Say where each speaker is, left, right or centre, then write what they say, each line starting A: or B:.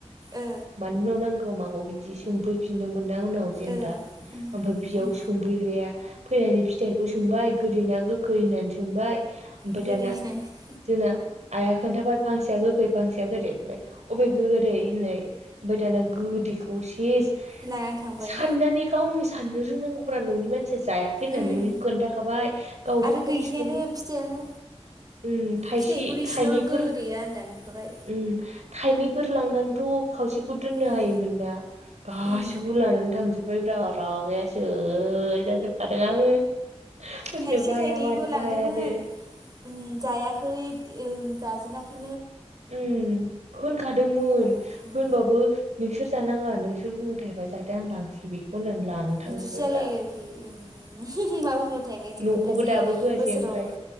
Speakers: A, on the right; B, on the right.
A: ओ
B: मानो न' नांगौ मागौ बिदि सोंफैफिनदोंमोन ना उनाव जेनेबा
A: ओ उम
B: ओमफाय बियाव
A: उम
B: सोंफैग्राया फैनानै फिथाइखौ सोंबाय गोदैना गोखै होननानै सोंबाय ओमफाय
A: गोदै
B: दाना
A: होनांगोन
B: जोंना आइआ खोन्थाबाय फांसेया गोखै फांसेया गोदै ओमफाय अबे गोदै होननाय फाय दाना गोदैखौ सेस
A: लानानै थांबाय
B: साननानै गावनो साननो रोंनांगौब्रा न'नि मान सिया जायाखै होननानै
A: उम
B: खोन्थाखाबाय गावथ'
A: आरो
B: खमसे
A: गैखायानो
B: खम
A: फिथाइयानो
B: उम थाइसे
A: फिथाइखौनो एसेल'
B: थाइनैफोर
A: गोदैया होननानै नुखाबाय
B: उम थाइनैफोर लांना थ' खावसेखौ दोननो
A: उम
B: हायोमोन ना गासिखौबो
A: उम
B: लानानै थांजोब्बाय ब्रा रागाया सो जाजोब खादों आङो। होननोबो
A: थाइसे
B: हाया
A: थाइनैखौ
B: मानोबो
A: लांदोंमोन
B: हायानो
A: उम जायाखै उम जाजेनाखै
B: उम होनखादोंमोन
A: नामा उम
B: होनबाबो नोंसोर जानांङा नोंसोर बुंथायबा जादों आं लांसै बेखौ होननानै लानानै थांजोब्बायब्रा
A: बिदि जालायो आरोखि उम मा उनाव थानायसै
B: न'खौबो
A: खोथासे
B: दाबो होआसै
A: बोसोराव
B: ओमफ्राय